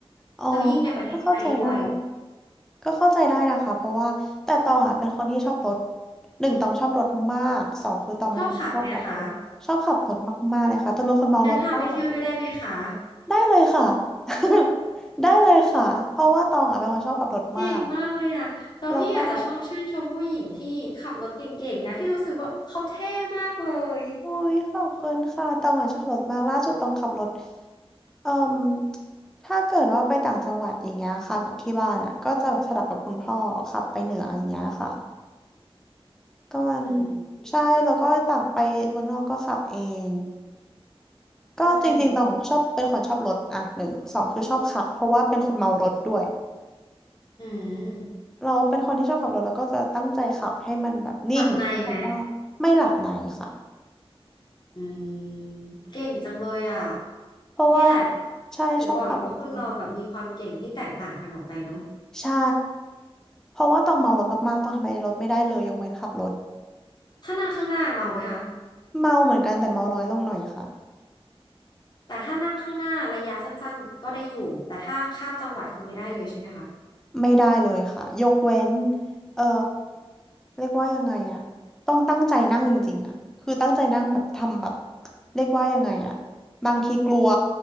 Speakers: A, in the centre; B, on the left (about 45°).
A: อ๋อ
B: แล้วยิ่งในประเทศไทยด้วย
A: ก็เข้าใจได้ก็เข้าใจได้นะคะเพราะว่าแต่ตองอ่ะเป็นคนที่ชอบรถหนึ่งตองชอบรถมากสองคือตองเป็นคนชอบขับรถชอบขับรถมากๆเลยค่ะตองเป็นคนเมารถมาก
B: ชอบขับไหมคะงั้นพาไปเที่ยวด้วยได้ไหมคะ
A: ได้เลยค่ะ <laughs> ได้เลยค่ะเพราะว่าตองอ่ะเป็นคนชอบขับรถมาก
B: เก่งมากเลยอะแล้วพี่อาจจะชอบชื่นชมผู้หญิงที่ขับรถเก่งๆนะพี่รู้สึกว่าเขาเท่มากเลย
A: แล้วก็ โอ้ยขอบคุณค่ะตองอ่ะชอบขับรถมากล่าสุดตองขับรถเอ่มถ้าเกิดว่าไปต่างจังหวัดอย่างเงี้ยค่ะกับที่บ้านอ่ะก็จะแบบสลับกับคุณพ่อขับไปเหนืออย่างเงี้ยค่ะก็มัน
B: อืม
A: ใช่แล้วก็ต่างไปเมืองนอกก็ขับเองก็จริงๆตองชอบเป็นคนชอบรถอ่ะหนึ่งสองคือชอบขับเพราะว่าเป็นคนเมารถด้วย
B: อืมอืม
A: เราเป็นคนที่ชอบขับรถแล้วก็จะตั้งใจขับให้มันแบบนิ่งเพราะว่าไม่หลับในค่ะ
B: หลับในไหมอืมเก่งจังเลยอ่ะ
A: เพราะว่า
B: นี่แหละ
A: ใช่ชอบขับจริง
B: ถึงบอกอย่างว่าคนเราแบบมีความเก่งที่แตกต่างกันออกไปเนาะ
A: ใช่เพราะว่าต้องเมารถมากๆต้องทำอะไรในรถไม่ได้เลยยกเว้นขับรถ
B: ถ้านั่งข้างหน้าเมาไหมคะ
A: เมาเหมือนกันแต่เมาน้อยลงหน่อยค่ะ
B: แต่ถ้านั่งข้างหน้าระยะสั้นๆก็ได้อยู่ แต่ถ้าข้ามจังหวัดคือไม่ได้เลยใช่ไหมคะ
A: ไม่ได้เลยค่ะยกเว้นเออเรียกว่ายังไงอะต้องตั้งใจนั่งจริงๆอะคือตั้งใจนั่งแบบทำแบบเรียกว่ายังไงอะบางทีกลัว